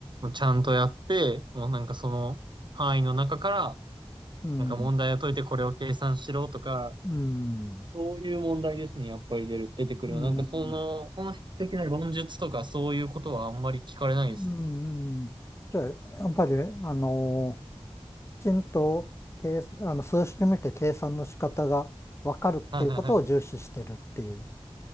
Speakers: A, on the right; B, on the left.
A: ちゃんとやって、もうなんかその範囲の中から、
B: うん、
A: なんか問題を解いてこれを計算しろとか、
B: うん、
A: そういう問題ですね、やっぱり出る、出てくるの。
B: うん、
A: なんかその本質的な論述とかそういうことはあんまり聞かれないです。
B: うん、うん。じゃあ、やっぱり、あのちんと計あの数式見て計算の仕方が分かるっていうことを重視してるっていう、
A: はいはいはい。